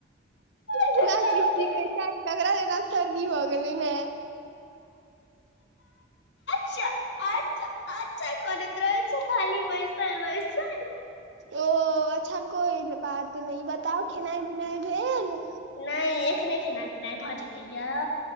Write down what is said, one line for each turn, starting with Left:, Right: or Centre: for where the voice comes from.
Left: बड
Right: एना
Left: सर्दी
Right: कि छीके छैथ तगरा जेना सर्दी भ गेलै है
Left: चा आ चा आ चा करैत रहै छै खाली बैशल बैसल
Right: ओ अच्छा कोई बात नय बताउ खेनाइ पिनाइ भेल
Left: नय एखने खेनाइ पिनाइ भऽ जेतै ये